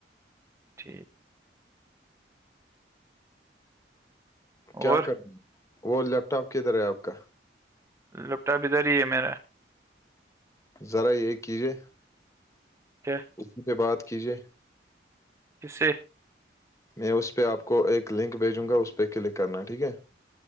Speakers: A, on the right; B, on the left.
A: <unintelligible>
B: کیا
A: اور
B: کر رہ ہیں وہ لیپ ٹاپ کدھر ہے آپ کا
A: لیپ ٹاپ ادھر ہی ہے میرا
B: ذرا یہ کیجیے
A: کہھ
B: اسی سے بات کیجیے
A: جس سے
B: میں اس پہ آپ کو ایک لنک بھیجوں گا اس پہ کلک کرنا ٹھیک ہے